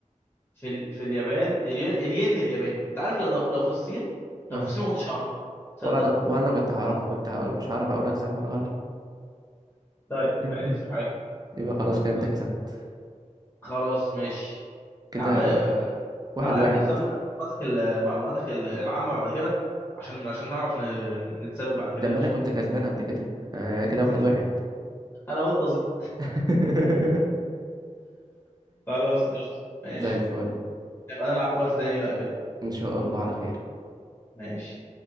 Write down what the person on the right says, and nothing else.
اه
ولا انا ولا انا كنت هعرفها كنت هقول مش هعرف اقول لك صح ولا غلط
<laughs>
يبقى خلاص كده انت
كسبت
كده
واحد
واحد
ده
ما
انا كنت كسبان قبل كده آه كده
واحد واحد
<laughs>
زي الفل
ان شاء الله على خير